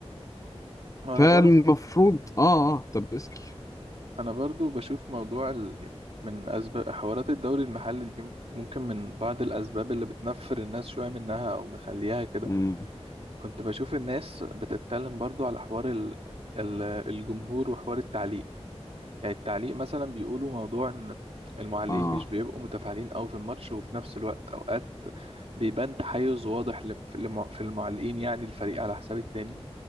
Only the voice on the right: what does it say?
وانا
برضو
انا برضو بشوف موضوع ال... يعني من اسباب حوارات الدوري المحلي دي ممكن من بعض الاسباب اللي بتنفر الناس شوية منها او مخليها كده
كنت بشوف الناس بتتكلم برضو على حوار ال- ال- الجمهور وحوار التعليق يعني التعليق مثلا بيقولوا موضوع ان المعلقين
مش بيبقوا متفاعلين قوي في الماتش وفي نفس الوقت اوقات بيبان تحيز واضح لم- في لم- في المعلقين يعني الفريق على حساب التاني